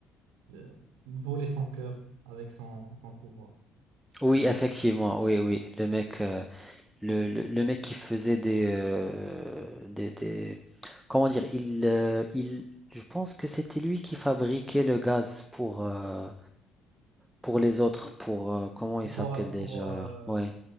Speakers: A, on the right; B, in the centre.
A: euh, volé son cœur avec son, son pouvoir. C'est
B: Oui,
A: c'est
B: effectivement,
A: lui.
B: oui, oui. Le mec, euh, le, le- le mec qui faisait des, euh, des, des- Comment dire? Il, euh, il... Je pense que c'était lui qui fabriquait le gaz pour, euh, pour les autres, pour... euh, comment il s'appelle
A: Voilà, pour,
B: déjà?
A: euh,
B: Ouais,